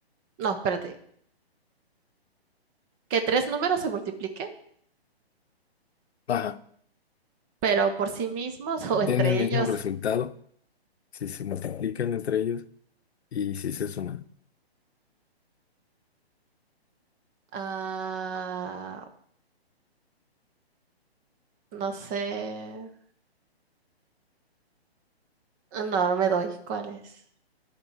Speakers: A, on the right; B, on the left.
A: No, espérate. Que tres números se multipliquen,
B: Ajá,
A: pero por sí mismos <laughs> o
B: den
A: entre
B: el mismo
A: ellos.
B: resultado si se multiplican entre ellos y si se suman.
A: Ah, no sé. No, no me doy. ¿Cuál es?